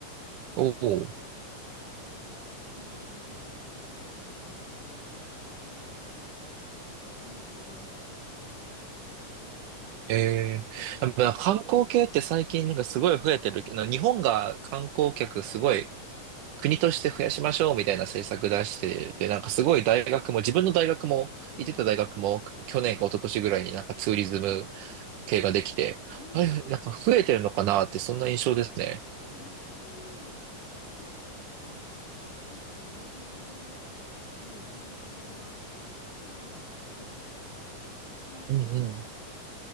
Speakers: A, on the left; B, on the right.
A: いたりして、
B: おお。
A: なんか面白かったですよ。ネパールの留学生も日本語上手だし。
B: ええやっぱ観光系って最近なんかすごい増えてるけど、
A: うん、
B: 日本が観光客すごい国として増やしましょうみたいな政策出して、
A: うん。
B: で、なんかすごい大学も、自分の大学も、
A: ええ、
B: 行ってた大学も、去年か一昨年ぐらいになんかツーリズム系ができて、
A: ええ、
B: あれ、なんか増えてるのかなって、そんな印象ですね。
A: あ、あーなるほど。そっか。確かにね、その、ね、そういう学部がちらほら増えてますよね。あの、が、国際系も増えてるし。
B: うんうん。